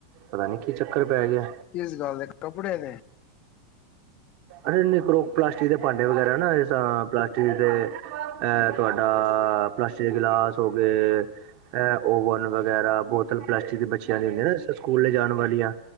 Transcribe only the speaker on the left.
ਕਿਸ, ਗੱਲ ਦੇ ਕੱਪੜੇ ਦੇ?